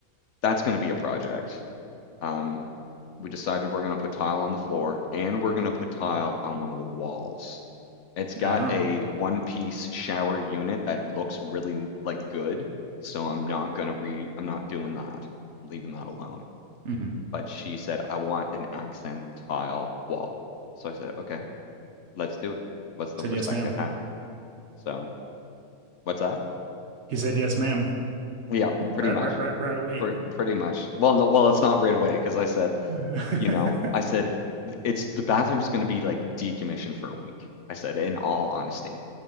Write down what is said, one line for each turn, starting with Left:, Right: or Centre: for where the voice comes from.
Left: that's going to be a project. Um, we decided we're going to put tile on the floor and we're going to put tile on one of the walls. It's got
Right: Oh.
Left: a one piece shower unit that looks really like good, so I'm not going to re I'm not doing that. I'm leaving that alone.
Right: hmm
Left: But she said, I want an accent tile wall. So I said, okay, let's do it. What's the
Right: Said
Left: worst
Right: yes,
Left: that
Right: ma'am.
Left: could happen? So what's that?
Right: He said yes, ma'am.
Left: Yeah, pretty
Right: Right,
Left: much.
Right: right, right, right away.
Left: Pr pretty much. Well, no, well, it's not right away because I said
Right: <laughs>
Left: you know, I said, it's the bathroom's going to be like decommissioned for a week. I said, in all honesty,